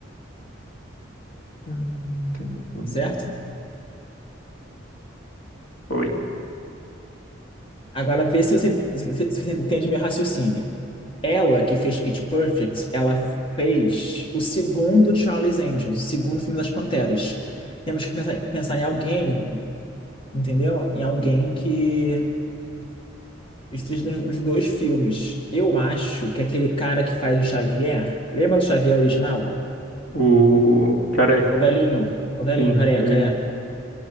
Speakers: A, on the left; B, on the left.
A: Hum, tum, tum.
B: certo?
A: Foi.
B: Agora, vê se você, se você, se você entende meu raciocínio. Ela que fez Pitch Perfect, ela fez o segundo Charlie's Angels, o segundo filme das Panteras. Temos que pensar, pensar em alguém, entendeu? Em alguém que esteja nos, nos dois filmes. Eu acho que aquele cara que faz o Xavier, lembra do Xavier original?
A: O careca,
B: O velhinho, o velhinho
A: sim,
B: careca,
A: velhinho.
B: é.